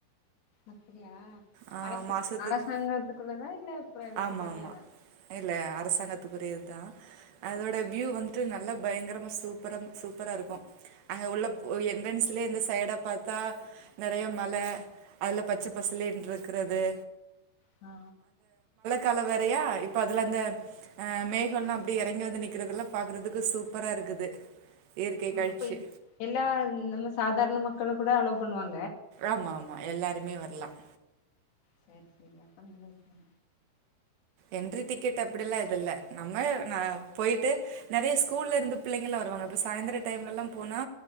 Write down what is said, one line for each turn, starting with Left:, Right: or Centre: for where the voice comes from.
Left: அப்டியா
Right: ஆ
Left: அரச
Right: மாசத்துக்கு
Left: அரசாங்கத்துக்குள்ளதா இல்ல பிரைவேட்
Right: ஆமா
Left: தனியாரா
Right: ஆமா இல்ல அரசாங்கத்துக்கு ஒரே இதான் அதோட வியூ வந்து நல்லா பயங்கரமா சூப்பர சூப்பரா இருக்கும் அங்க உள்ள என்வென்ஸ்லயே இந்த சைடா பாத்தா நெறைய மலை அதுல பச்ச பசலேன் இருக்கிறது
Left: ஆ
Right: கால வேறயா இப்ப அதுல அந்த மேகல்லாம் அப்படி எறங்கி வந்து நிக்கிறதுல்லாம் பாக்குறதுக்கு சூப்பரா இருக்குது இயற்கை
Left: ஆ
Right: காட்சி
Left: அப்ப எல்லா நம்ம சாதாரண மக்க கள் கூட அலோ பண்ணுவங்க
Right: ஆமா ஆமா எல்லாருமே வரலாம்
Left: செரி செரி அப்ப நல்ல விசய
Right: என்ட்ரி டிக்கெட் அப்படில்லாம் எதும் இல்ல நம்ம ந போய்ட்டு நறைய ஸ்கூல்ல இருந்து பிள்ளைங்கலாம் வருவாங்க இப்ப சாய்ந்திர டைம்லலாம் போனா